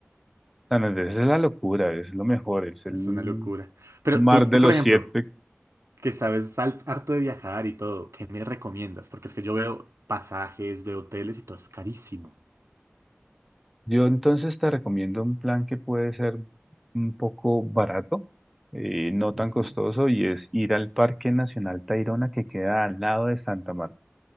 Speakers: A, in the centre; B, on the right.
A: San Andrés es la locura, es lo mejor, es el
B: es una locura. Pero
A: mar
B: tú, tú,
A: de
B: por
A: los
B: ejemplo,
A: siete.
B: que sabes al- harto de viajar y todo, ¿qué me recomiendas? Porque es que yo veo pasajes, veo hoteles y todo es carísimo.
A: Yo entonces te recomiendo un plan que puede ser un poco barato, eh, no tan
B: Ujú.
A: costoso, y es ir al Parque Nacional Tayrona que queda al lado de Santa Marta.